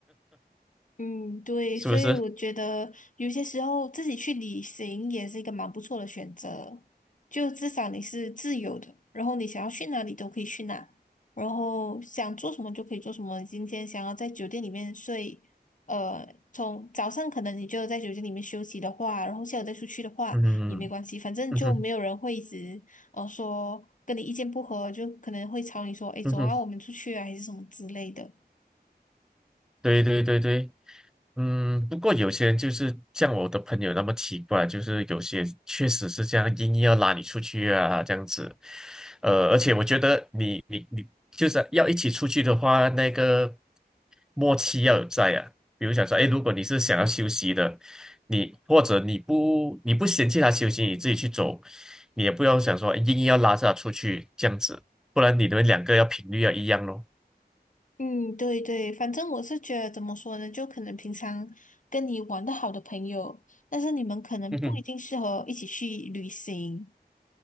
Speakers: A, on the left (about 50°); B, in the centre.
A: 嗯，对，
B: 是不是？
A: 所以我觉得有些时候自己去旅行也是一个蛮不错的选择，就至少你是自由的，然后你想要去哪里都可以去哪，然后想做什么就可以做什么。你今天想要在酒店里面睡，呃，从早上可能你就在酒店里面休息的话，然后下午再出去的话也没关系，
B: 嗯
A: 反正就没有人会一直呃说跟你意见不合，
B: 嗯哼
A: 就可能会吵你说，诶，走啊，
B: 嗯哼，
A: 我们出去啊，还是什么之类的。
B: 对对对对。嗯，不过有些人就是像我的朋友那么奇怪，就是有些确实是这样，硬要拉你出去啊，这样子。呃，而且我觉得你你你就是要一起出去的话，那个默契要有在啊。比如想说，哎，如果你是想要休息的，你或者你不你不嫌弃他休息，你自己去走，你也不要想说诶硬要拉着他出去这样子，不然你们两个要频率要一样咯。
A: 嗯，对对，反正我是觉得怎么说呢，就可能平常跟你玩的好的朋友，但是你们可能不一定适合一起去旅行，
B: <laughs> 嗯哼，